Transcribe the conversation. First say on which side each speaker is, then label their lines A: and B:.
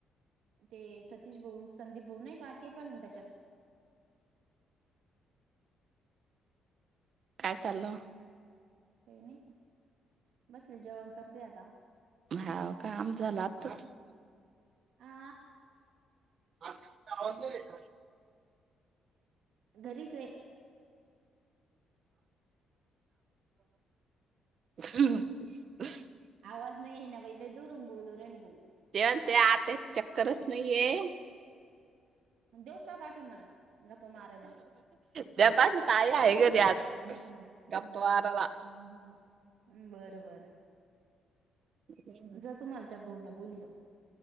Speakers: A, on the right; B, on the right.
A: ते सतीश भाऊ संदीप भाऊ नयंकां ते पणं आहे त्यांच्यांत
B: काय चाललं
A: काही नाही बसले जेवण करते आता
B: हाव काम झालं आत्ताच
A: आ
B: आ आवाजेयेयं का
A: घरीच रे
B: ह <unintelligible> <unintelligible>
A: आवाज नाहीं आहे नां बाई लयं जोरूत बोलू राहीली भाऊ
B: तेण ते आत्या चक्करंच लयं है
A: देऊ कां पाठून म्हणा गपा मारायंला
B: द्या पाठवून आई आहे घरी आज
A: हम्मं
B: गप्पा
A: हम्मं
B: मारायला.
A: बरं बरं
B: ह् <unintelligible>
A: ज तुम्हाला त्या बह ना बोललो